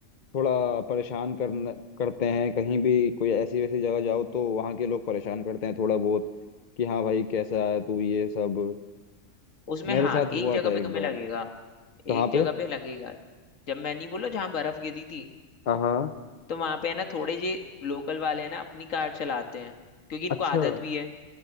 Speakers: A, on the left; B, on the left.
A: थोड़ा परेशान करना करते हैं कहीं भी कोई ऐसी वैसी जगह जाओ तो वहाँ के लोग परेशान करते हैं थोड़ा बहुत कि हाँ भाई कैसा है तू ये सब
B: उसमें
A: मेरे
B: हाँ
A: साथ हुआ
B: एक जगह
A: था
B: पे
A: एक
B: तुम्हें
A: बार
B: लगेगा
A: कहाँ
B: एक जगह
A: पे
B: पे लगेगा जब मैं नहीं बोला जहाँ बर्फ गिरी थी
A: हाँ हाँ
B: तो वहां पे है ना थोड़े जे लोकल वाले हैं ना अपनी कार चलाते हैं क्योंकि इनको
A: अच्छा
B: आदत भी है